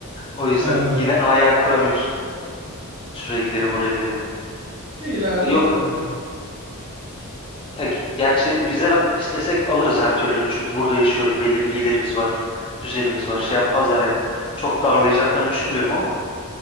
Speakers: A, on the left (about 25°); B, on the right (about 25°).
A: O yüzden
B: E,
A: yine hayal kuramıyorsun. Şuraya giderim, buraya giderim diye.
B: ileride
A: Yok, yok.
B: olur ya.
A: Ya gerçi vize ra- istesek alırız her türlü. Çünkü burada yaşıyoruz. Belli bir gelirimiz var. Düzenimiz var. Şey yapmazlar yani. Çok darlayacaklarını düşünmüyorum ama.